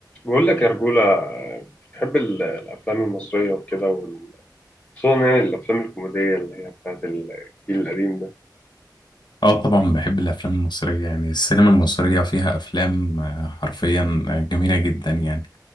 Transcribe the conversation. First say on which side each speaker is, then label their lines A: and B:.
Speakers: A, on the left; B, on the left.
A: بقول لك يا رجولة آه، بتحب ال- الأفلام المصرية وكده وال- خصوصا يعني الأفلام الكوميدية اللي هي بتاعت ال- الجيل القديم ده
B: اه طبعا بحب الافلام المصريه يعني السينما المصريه فيها افلام آه، حرفيا آه، جميله جدا يعني